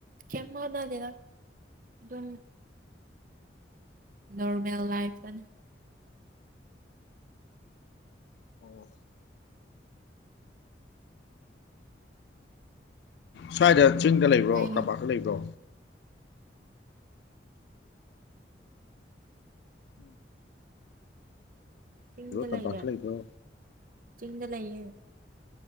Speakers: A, on the right; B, on the left.
A: ꯆꯃꯗꯗꯦꯗ ꯑꯗꯨꯝ ꯅꯣꯔꯃꯦꯜ ꯂꯥꯏꯐꯇꯅ
B: ꯑꯣ ꯁ꯭ꯋꯥꯏꯗ ꯆꯤꯡꯗ ꯂꯩꯕ꯭ꯔꯣ
A: ꯀꯩ
B: ꯇꯝꯄꯥꯛꯇ ꯂꯩꯕ꯭ꯔꯣ ꯎꯝ
A: ꯆꯤꯡꯗ
B: ꯇꯝꯄꯥꯛꯇ
A: ꯂꯩꯌꯦꯦ
B: ꯂꯩꯕ꯭ꯔꯣ
A: ꯆꯤꯡꯗ ꯂꯩꯌꯦꯦ